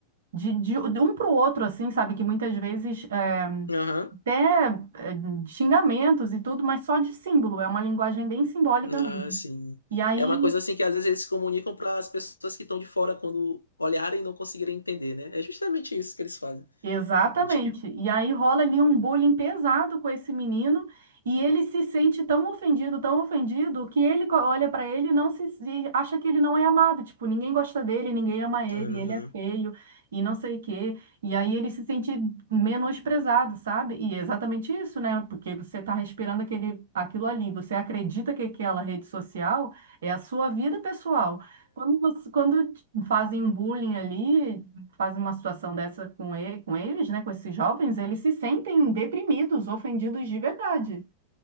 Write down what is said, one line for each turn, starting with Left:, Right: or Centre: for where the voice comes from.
Right: de, de- de um para o outro, assim, sabe? Que muitas vezes é,
Left: Aham.
Right: até é, xingamentos e tudo, mas só de símbolo, é uma linguagem bem simbólica
Left: Ah,
Right: mesmo.
Left: sim.
Right: E aí
Left: É uma coisa assim que às vezes eles comunicam para as pessoas que estão de fora quando olharem e não conseguirem entender, né? É justamente isso que eles fazem.
Right: Exatamente.
Left: Tipo,
Right: E aí rola ali um bullying pesado com esse menino e ele se sente tão ofendido, tão ofendido, que ele co- olha para ele e não se, se- acha que ele não é amado, tipo, ninguém gosta dele, ninguém ama ele,
Left: aham.
Right: ele é feio e não sei o quê. E aí ele se sente menosprezado, sabe? E é exatamente isso, né? Porque você tá respirando aquele aquilo ali, você acredita que aquela rede social é a sua vida pessoal. Quando você- quando te fazem um bullying ali, faz uma situação dessa com ele, com eles, né, com esses jovens, eles se sentem deprimidos, ofendidos de verdade.